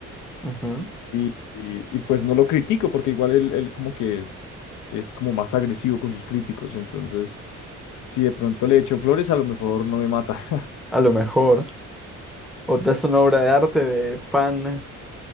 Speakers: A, in the centre; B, on the left.
A: Ujú.
B: y, y- y pues no lo critico porque igual él, él como que es como más agresivo con sus críticos, entonces si de pronto le echo flores, a lo mejor no me mata. <laughs>
A: A lo mejor. O te hace una obra de arte de pan,